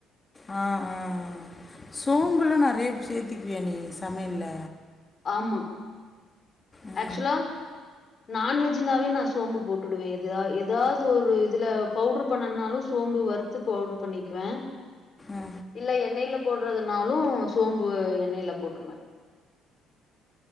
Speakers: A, on the left; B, on the left.
A: ஆ ஆ ஆ சோம்புல்லா நெறைய சேத்திக்குவியா நீ சமையல்ல
B: ஆமா
A: ஆ.
B: ஆக்சுலா நான்வெஜ்ஜுனாவே நா சோம்பு போட்டுடுவே எதா எதாது ஒரு இதுல பவுடரு பண்ணனாலு சோம்பு வறுத்து பவுடர் பண்ணிக்குவே
A: ஆ.
B: இல்ல எண்ணெயில போடுறதுனாலு சோம்பு எண்ணெயில போட்ருவே